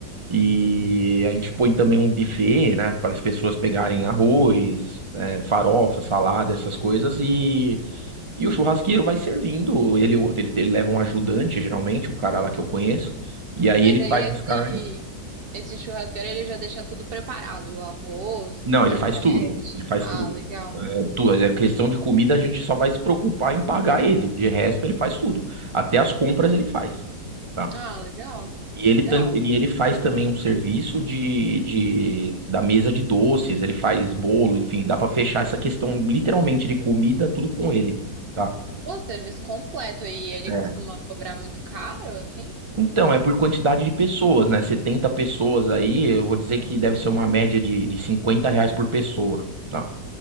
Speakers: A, on the right; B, on the right.
A: E a gente põe também um buffet, né, para as pessoas pegarem arroz, eh, farofa, salada, essas coisas e, e o churrasqueiro vai servindo, ele, ele ele leva um ajudante, geralmente, o cara lá que eu conheço, e aí
B: Mas
A: ele
B: aí
A: faz as
B: esse
A: carnes.
B: esse churrasqueiro ele já deixa tudo preparado, o arroz, o
A: Não,
B: vinagrete.
A: ele faz tudo, ele faz
B: Ah,
A: tudo.
B: legal.
A: É, tu- é questão de comida, a gente só vai se preocupar em pagar ele, de resto ele faz tudo. Até as compras ele faz. tá?
B: Ah, legal.
A: E ele,
B: Legal.
A: tan- ele, ele faz também um serviço de, de da mesa de doces, ele faz bolo, enfim, dá pra fechar essa questão literalmente de comida, tudo com ele, tá?
B: O serviço completo e ele
A: É.
B: costuma cobrar muito caro, assim?
A: Então, é por quantidade de pessoas, né? setenta pessoas aí, eu vou dizer que deve ser uma média de, de 50 reais por pessoa, tá?